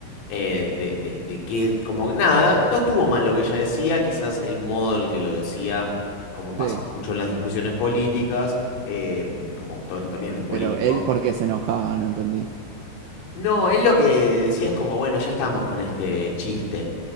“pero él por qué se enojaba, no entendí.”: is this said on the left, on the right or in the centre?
Right